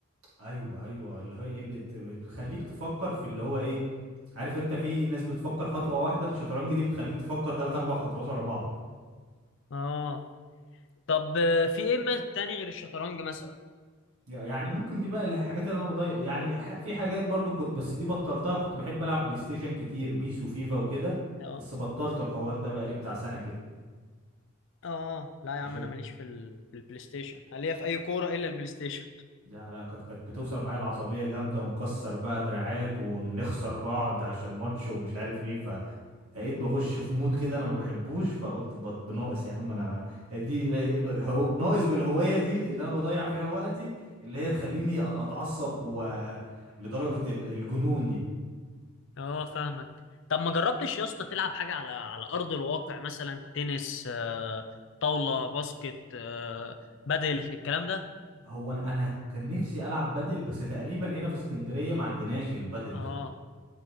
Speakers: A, on the right; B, on the left.
A: ايوه ايوه اللي هو ايه بت... بتخليك تفكر في اللي هو ايه عارف انت في ناس بتفكر خطوه واحده الشطرنج دي بتخليك تفكر ثلاث اربع خطوات ورا بعض
B: اه طب آه، في ايه ما- تاني غير الشطرنج مثلا
A: ي- يعني ممكن دي بقى الحاجات اللي انا بضيع يعني ح... في حاجات برضو كنت بس دي بطلتها كنت بحب العب بلاي ستيشن كتير بيس وفيفا وكده
B: آه.
A: بس بطلت الحوار ده بقى لي بتاع سنه كده
B: اه لا يا
A: عشان
B: عم انا ماليش في, ال... في البلاي ستيشن أنا ليا في اي كوره الا البلاي ستيشن
A: ده لا كانت كانت بتوصل معايا العصبيه جامده ونكسر بقى دراعات ونخسر بعض عشان ماتش ومش عارف ايه بقيت بخش في مود كده انا ما بحبوش فقلت بط بناقص يا عم انا دي هو- ناقص بالهوايه دي اللي انا بضيع فيها وقتي اللي هي تخليني أد- اتعصب و لدرجه ال- الجنون دي
B: اه فاهمك طب ما جربتش يا اسطى تلعب حاجه على على ارض الواقع مثلا تنس آه، طاوله باسكت آه، بدل الكلام ده
A: هو انا أنا كان نفسي العب بدل بس تقريبا هنا في اسكندريه ما عندناش البدل
B: اه
A: ده